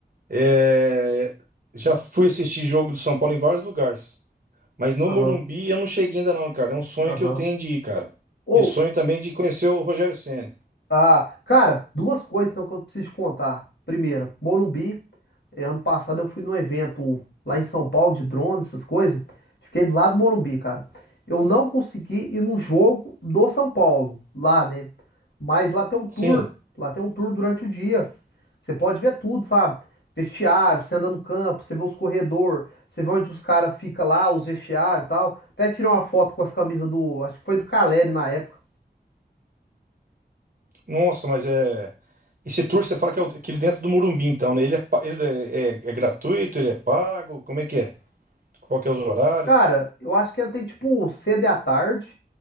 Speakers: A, on the right; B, on the left.
A: É, já fui assistir jogo do São Paulo em vários lugares, mas no
B: Aham,
A: Morumbi eu não cheguei ainda não, cara. É um sonho
B: aham.
A: que eu tenho de ir, cara.
B: Ou,
A: E sonho também de conhecer o Rogério Ceni.
B: Ah, cara, duas coisas então que eu preciso te contar. Primeira, Morumbi. eh, ano passado eu fui num evento lá em São Paulo de drone, essas coisas. Fiquei do lado do Morumbi, cara. Eu não consegui ir no jogo do São Paulo, lá, né? Mas lá tem um tour.
A: Sim.
B: Lá tem um tour durante o dia. Você pode ver tudo, sabe? Vestiário, você anda no campo, você vê os corredores, você vê onde os caras ficam lá, os vestiários e tal. Até tirei uma foto com as camisas do. Acho que foi do Caleri na época.
A: Nossa, mas é. Esse tour você fala que é o- aquele dentro do Morumbi, então, né? Ele, é, pa- ele é, é- é gratuito, ele é pago? Como é que é? Qual que é os horários?
B: Cara, eu acho que ele tem tipo sede à tarde